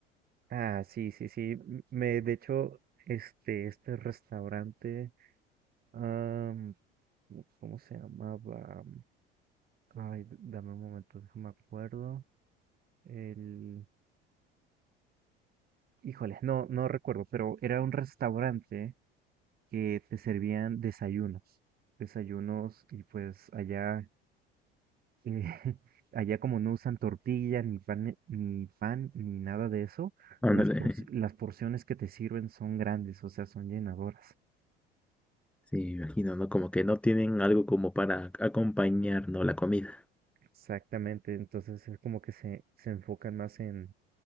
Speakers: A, on the right; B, in the centre.
A: Ah, sí, sí, sí. m- Me, de hecho, este, este restaurante, am, ¿cómo cómo se llamaba? Ay, d- dame un momento, déjame acuerdo. El, híjole, no, no recuerdo, pero era un restaurante que te servían desayunos, desayunos y pues allá, eh, <laughs> allá como no usan tortilla ni pan, ni pan ni nada de eso,
B: Ándale.
A: las porci- las
B: <laughs>
A: porciones que te sirven son grandes, o sea, son llenadoras.
B: Sí, me imagino, ¿no? Como que no tienen algo como para acompañar, ¿no? La comida.
A: Exactamente, entonces es como que se, se enfocan más en,